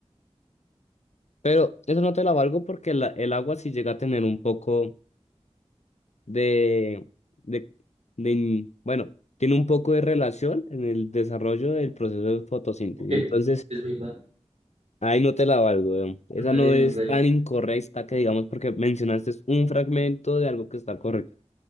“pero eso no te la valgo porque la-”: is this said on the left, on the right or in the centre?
Left